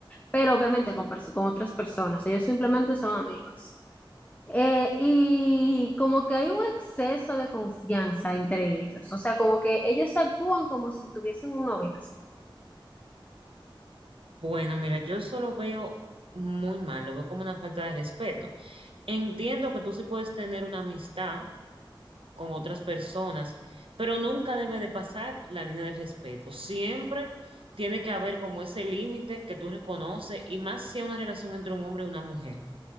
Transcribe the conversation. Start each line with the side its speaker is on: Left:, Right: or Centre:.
Left: pero obviamente con, pers- con otras personas. Ellos simplemente son amigos. Eh, y como que hay un exceso de confianza entre ellos. O sea, como que ellos actúan como si tuviesen un noviazgo.
Right: Bueno, mira, yo eso lo veo muy mal, lo veo como una falta de respeto. Entiendo que tú sí puedes tener una amistad con otras personas, pero nunca debe de pasar la línea del respeto. Siempre tiene que haber como ese límite que tú reconoces y más si es una relación entre un hombre y una mujer,